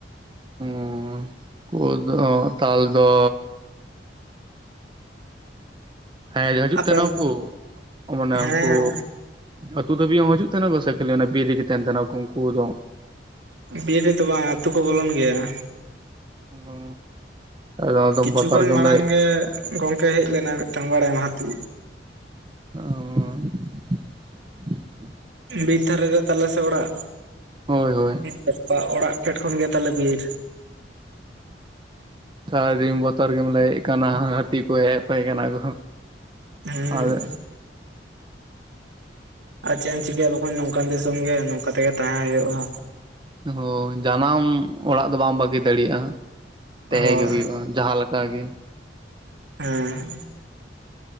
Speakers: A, on the right (about 25°); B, on the right (about 80°).
A: <unintelligible> ᱠᱩ ᱫᱚ ᱛᱟᱞ ᱫᱚ ᱦᱮᱡ ᱦᱟᱡᱩᱜ
B: ᱟᱯᱮᱱ
A: ᱛᱟᱦᱮᱱᱟᱠᱚ ᱚᱻ ᱢᱟᱱᱮ
B: ᱦᱮᱸ
A: ᱩᱝᱠᱩ ᱟᱹᱛᱩ ᱫᱷᱟᱹᱵᱤᱡ ᱦᱚᱸ ᱦᱤᱡᱩᱜ ᱛᱟᱦᱮᱱᱟᱠᱚ ᱥᱮ ᱠᱷᱟᱹᱞᱤ ᱚᱱᱮ ᱵᱤᱨ ᱨᱮᱜᱮ ᱛᱟᱦᱮᱱ ᱛᱟᱦᱮᱱᱟᱠᱚ ᱩᱝᱠᱩ ᱫᱚ?
B: ᱵᱤᱨ ᱨᱮᱫᱚ ᱵᱟᱝ ᱟᱛᱩ ᱠᱚ ᱵᱚᱞᱚᱱ ᱜᱮᱭᱟ᱾
A: ᱳᱻ ᱟᱫᱚ ᱟᱫᱚᱢ
B: ᱠᱤᱪᱷᱩ
A: ᱵᱚᱛᱚᱨ
B: ᱠᱷᱚᱱ
A: ᱜᱮᱢ
B: ᱢᱟᱲᱟᱝ
A: ᱞᱟᱹᱭᱮᱫ᱾
B: ᱜᱮ ᱜᱚᱝᱠᱮ ᱦᱮᱡ ᱞᱮᱱᱟᱭ ᱢᱮᱫᱴᱟᱝ ᱵᱟᱲᱟᱭᱟᱢ ᱦᱟᱹᱛᱤ᱾
A: ᱚᱻ
B: ᱵᱤᱨ ᱫᱷᱟᱨᱟ ᱨᱮ ᱛᱟᱞᱮ ᱥᱮ ᱚᱲᱟᱜ᱾
A: ᱦᱳᱭ ᱦᱳᱭ᱾
B: ᱪᱷᱟᱴᱠᱟ ᱚᱲᱟᱜ ᱯᱷᱮᱰ ᱠᱷᱚᱱ ᱜᱮ ᱛᱟᱞᱮ ᱵᱤᱨ᱾
A: ᱥᱟᱨᱟᱫᱤᱱ ᱵᱚᱛᱚᱨ ᱜᱮᱢ ᱞᱟᱹᱭᱮᱫ ᱠᱟᱱᱟ ᱦᱟᱹᱛᱤ ᱠᱚ ᱦᱮᱡ ᱟᱯᱮ ᱠᱟᱱᱟ ᱠᱚ᱾
B: ᱦᱩᱸᱻ
A: ᱟᱞᱮ
B: ᱟᱨ ᱪᱮᱫ ᱮᱢ ᱪᱤᱠᱟᱹᱭᱟ ᱵᱚᱠᱚᱧ ᱱᱚᱝᱠᱟᱱ ᱫᱤᱥᱚᱢ ᱜᱮ, ᱱᱚᱝᱠᱟ ᱛᱮᱜᱮ ᱛᱟᱦᱮᱸ ᱦᱩᱭᱩᱜ-ᱟ᱾
A: ᱦᱳᱭ, ᱡᱟᱱᱟᱢ ᱚᱲᱟᱜ ᱫᱚ ᱵᱟᱢ ᱵᱟᱹᱜᱤ ᱫᱟᱲᱮᱭᱟᱜ-ᱟ᱾ ᱛᱮᱦᱮᱸ
B: ᱦᱳᱭ
A: ᱜᱤ ᱦᱩᱭᱩᱜ-ᱟ ᱡᱟᱦᱟᱸᱞᱮᱠᱟᱜᱤ᱾
B: ᱦᱩᱸ᱾